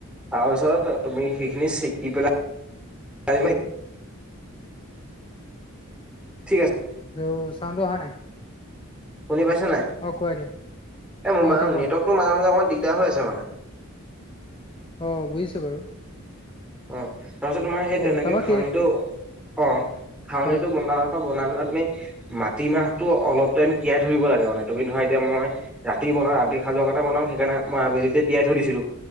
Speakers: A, in the centre; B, on the left.
A: তাৰপিছত তুমি সেইখিনি চেকি পেলাই তাই যোমে সি <unintelligible> ঠিক আছে।
B: হেল্লো চাউণ্ডো অহা নাই।
A: শুনি পাইছে নাই
B: অ কোৱা এতিয়া
A: এই মো
B: অ
A: মানে
B: এতিয়া কোৱা
A: নেটৱৰ্কটো মাজে মাজে অকণমান দিগদাৰ হৈ আছে মানে।
B: অ বুজিছোঁ বাৰু।
A: অ তাৰপিছত তোমাৰ সেই
B: অ
A: তেনেকে
B: তাৰপা
A: খাওনিটো
B: কে
A: অ খাওনীটো
B: হয়
A: বনা। বনাই পেলাই তুমি মাটিমাহটো অলপ টাইম তিয়াই ধৰিব লাগে মানে তুমি ধৰা এতিয়া মই। ৰাতি বনাওঁ ৰাতি সাজৰ কাৰণে বনাও সেইকাৰণেই আবেলিতে তিয়াই থৈ দিছিলো।